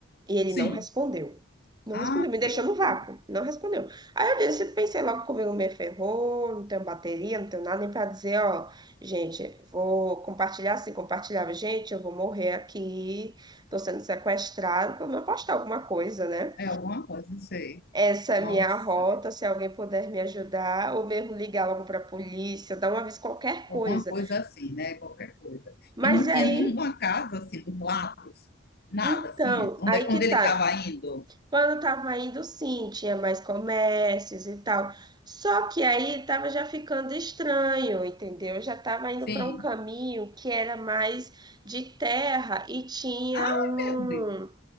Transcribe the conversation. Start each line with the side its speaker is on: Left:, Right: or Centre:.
Right: E ele
Left: Sim.
Right: não respondeu. Não
Left: Ah,
Right: respondeu, me deixou
Left: meu
Right: no vácuo.
Left: Deus.
Right: Não respondeu. Aí eu disse, pensei logo comigo, me ferrou, não tenho bateria, não tenho nada nem pra dizer, ó, gente, vou compartilhar assim, compartilhava, gente, eu vou morrer aqui, tô sendo sequestrado, pelo menos postar alguma coisa, né?
Left: É alguma coisa, sei.
Right: Essa é
Left: Nossa,
Right: a minha rota, se alguém puder me ajudar, ou mesmo ligar logo pra polícia, dar uma vez qualquer
Left: alguma
Right: coisa.
Left: coisa assim, né? Qualquer coisa. E
Right: Mas
Left: não
Right: aí,
Left: tinha nenhuma casa assim dos lados, nada
Right: então,
Left: assim, onde,
Right: aí que
Left: onde
Right: tá.
Left: ele estava indo.
Right: Quando eu tava indo, sim, tinha mais comércios e tal. Só que aí tava já ficando estranho, entendeu? Eu já tava indo
Left: Sim.
Right: para um caminho que era mais de terra e tinha
Left: Ai,
Right: um,
Left: meu Deus.